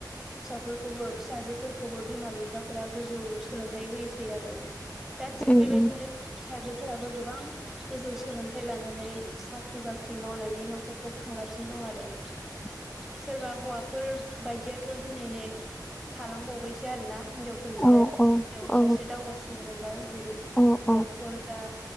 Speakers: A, in the centre; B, on the left.
A: फोरखौबो फिसाजोफोरखौबो बिमा बिफाफोरा गोजौ सोलोंथाइ होयोसै आरो दा थिग
B: उम
A: बेबायदिनो
B: उम
A: फिसाजोफोराबो गोबां गोजौ सोलोंथाइ लानानै साख्रि बाख्रि मावनानै न'खरखौ खांगासिनो सिन दं आरो
B: <inaudible>
A: सोरबा हौवाफोर बायदियाथ' दिनै नै थालांबावबायसो आरोना हिनजाव फोरनिफ्राय
B: औ
A: हिनजावफोरासो
B: औ औ
A: दावगासिनो हमबाय जेरै
B: औ औ
A: डक्टर जा